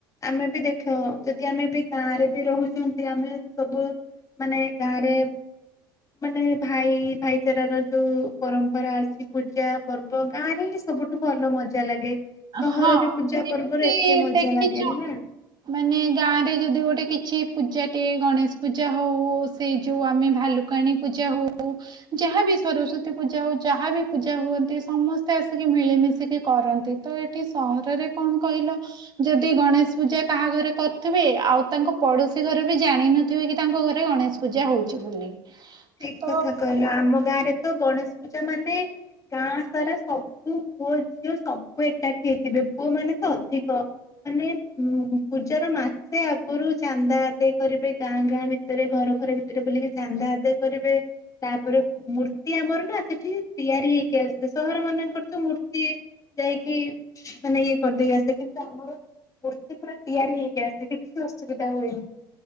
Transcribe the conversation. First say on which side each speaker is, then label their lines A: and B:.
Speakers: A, on the left; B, on the right.
A: ଆମେ ବି ଦେଖ ଯଦି ଆମେ ବି ଗାଁରେ ବି ରହୁଛନ୍ତି ଆମେ ସବୁ ମାନେ ଗାଁ ରେ ମାନେ ଭାଇ ଭାଇଚାର ର ଯୋଉ ପରମ୍ପରା ଅଛି ପୂଜା ପର୍ବ ଗାଁ ରେ ହିଁ ସବୁଠୁ ଭଲ ମଜା ଲାଗେ ସହରରେ
B: ହଁ
A: ପୂଜା ପର୍ବରେ
B: ଏମିତି
A: ଏତେ ମଜା
B: ଦେଖିଛ
A: ଲାଗେନି ନା
B: ମାନେ ଗାଁ ରେ ଯଦି ଗୋଟେ କିଛି ପୂଜାଟିଏ ଗଣେଶ ପୂଜା ହଉ ସେ ଯୋଉ ଆମେ ଭାଲୁ କଣୀ ପୂଜା ହଉ ଯାହାବି ସରସ୍ଵତୀ ପୂଜା ହଉ ଯାହାବି ପୂଜା ହୁଅନ୍ତି ସମସ୍ତେ ଆସିକି ମିଳିମିଶିକି କରନ୍ତି ତ ଏଠି ସହରରେ କଣ କହିଲ ଯଦି ଗଣେଶ ପୂଜା କାହା ଘରେ କରୁଥିବେ ଆଉ ତାଙ୍କ ପଡୋଶୀ ଘରେ ବି ଜାଣିିନଥିବେ କି ତାଙ୍କ ଘରେ ଗଣେଶ ପୂଜା ହଉଛି ବୋଲି
A: ଠିକ
B: ତ
A: କଥା କହିଲ ଆମ ଗାଁ ରେ ତ ଗଣେଶ ପୂଜା ମାନେ ଗାଁ ସାରା ସବୁ ପୁଅ ଝିଅ ସବୁ ଏକାଠି ହେଇଥିବେ ପୁଅ ମାନେ ତ ଅଧିକ ମାନେ ଉଁ ପୂଜାର ମାସେ ଆଗରୁ ଚାନ୍ଦା ଆଦାୟ କରିବେ ଗାଁ ଗାଁ ରେ ଭିତରେ ଘର ଘର ଭିତରେ ବୁଲିକି ଚାନ୍ଦା ଆଦାୟ କରିବେ। ତାପରେ ମୂର୍ତ୍ତି ଆମର ନା ସେଠି ତିଆରି ହେଇକି ଆସେ ସହର ମାନଙ୍କର ତୁ ମୂର୍ତ୍ତି ଯାଇକି ମାନେ ଇଏ କରିଦବ ସେଠି ତ ଆମର ମୂର୍ତ୍ତି ପୁରା ତିଆରି ହେଇକି ଆସେ କିଛି ଅସୁବିଧା ହୁଏନି।